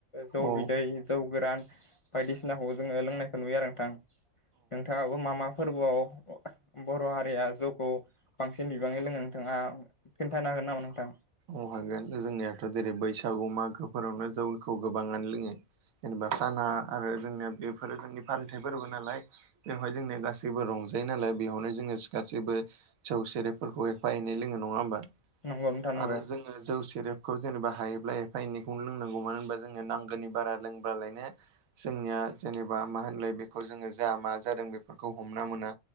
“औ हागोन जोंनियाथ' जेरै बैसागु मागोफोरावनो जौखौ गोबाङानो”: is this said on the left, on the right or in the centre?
Right